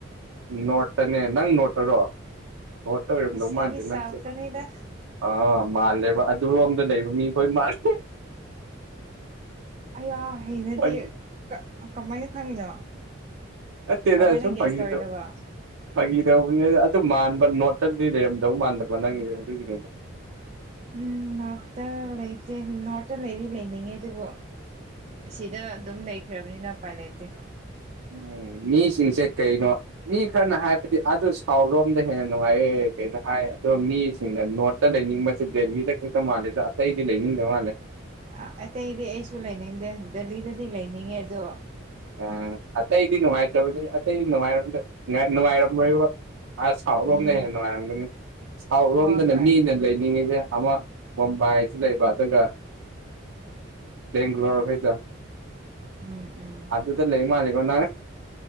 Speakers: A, on the right (about 85°); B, on the right (about 30°).
A: ꯅꯣꯠꯇꯅꯦ ꯅꯪ ꯅꯣꯠꯇꯔꯣ ꯅꯣꯠꯇ ꯑꯣꯏꯔꯝꯗꯧ
B: ꯑꯁ
A: ꯃꯥꯟꯗꯦ
B: ꯑꯩꯗꯤ
A: ꯅꯪꯁꯦ꯫
B: ꯁꯥꯎꯠꯇꯅꯤꯗ
A: ꯑꯥ ꯃꯥꯜꯂꯦꯕ ꯑꯗꯨꯔꯣꯝꯗ ꯂꯩꯔꯨ ꯃꯤꯈꫭꯏ ꯃꯥꯜ
B: ꯑꯌꯥ ꯍꯩꯅꯗꯦ
A: ꯐꯥꯒꯤ
B: ꯀ ꯀꯃꯥꯏꯅ ꯈꯪꯉꯤꯅꯣ
A: ꯅꯠꯇꯦꯗ
B: ꯀꯃꯥꯏꯅ
A: ꯁꯨꯝ
B: ꯒ꯭ꯌꯥꯁ
A: ꯐꯥꯒꯤ
B: ꯇꯧꯔꯤꯅꯣꯕ
A: ꯇꯧ ꯐꯥꯒꯤ ꯇꯧꯕꯅꯦꯗ ꯑꯗꯨ ꯃꯥꯟꯕ ꯅꯣꯔꯠꯇꯗꯤ ꯂꯩꯔꯝꯗꯧ ꯃꯥꯟꯗꯕ ꯅꯪꯒꯤ ꯑꯗꯨꯒꯤ ꯀꯩ <unintelligible>
B: ꯎꯝ ꯅꯣꯔꯠꯇ ꯂꯩꯇꯦ ꯅꯣꯔꯠꯇ ꯂꯩꯗꯤ ꯂꯩꯅꯤꯡꯉꯦ ꯑꯗꯨꯕꯨ ꯑꯁꯤꯗ ꯑꯗꯨꯝ ꯂꯩꯈ꯭ꯔꯕꯅꯤꯅ ꯑꯄꯥꯏ ꯂꯩꯇꯦ꯫
A: ꯎꯝ ꯃꯤꯁꯤꯡꯁꯦ ꯀꯩꯅꯣ ꯃꯤ ꯈꯔꯅ ꯍꯥꯏꯕꯗꯤ ꯑꯗꯨ ꯁꯥꯎꯠ ꯔꯣꯝꯗ ꯍꯦꯟꯅ ꯅꯨꯡꯉꯥꯏꯌꯦ ꯀꯩꯅꯣ ꯍꯥꯏ ꯑꯗꫭ ꯃꯤꯁꯤꯡꯅ ꯅꯣꯔꯠ ꯇꯥ ꯂꯩꯅꯤꯡꯕꯁꯦ ꯗꯦꯜꯂꯤꯗ ꯈꯛꯇ ꯃꯥꯜꯂꯦꯗ ꯑꯇꯩꯗꯤ ꯂꯩꯅꯤꯡꯗ ꯃꯥꯜꯂꯦ꯫
B: ꯑ ꯑꯇꯩꯗꯤ ꯑꯩꯁꯨ ꯂꯩꯅꯤꯡꯗꯦ ꯗꯦꯜꯂꯤꯗꯗꯤ ꯂꯩꯅꯤꯡꯉꯦ ꯑꯗꯣ
A: ꯑ ꯑꯇꯩꯗꯤ ꯅꯨꯡꯉꯥꯏꯇꯕꯅꯤ ꯑꯇꯩꯗꯤ ꯅꯨꯡꯉꯥꯏ <unintelligible> ꯅꯨꯡꯉꯥꯏꯔꯝꯂꯣꯏꯕ ꯑꯁ ꯁꯥꯎꯠꯔꯣꯝꯅ
B: ꯎꯝ
A: ꯍꯦꯟꯅ ꯅꯨꯡꯉꯥꯏꯔꯝꯒꯅꯤ ꯁꯥꯎꯠꯔꫭꯝꯗꯅ
B: ꯍꯣꯏ ꯍꯣꯏ
A: ꯃꯤꯅ ꯂꯩꯅꯤꯡꯉꯤꯁꯦ ꯑꯃ ꯕꫭꯝꯕꯥꯏꯁꯨ ꯂꯩꯕ ꯑꯗꯨꯒ ꯕꯦꯡꯂꯣꯔ ꯈꯩꯗꫭ
B: ꯎꯝ ꯎꯝ
A: ꯑꯗꯨꯗ ꯂꯩ ꯃꯥꯜꯂꯦꯀꯣꯅꯪ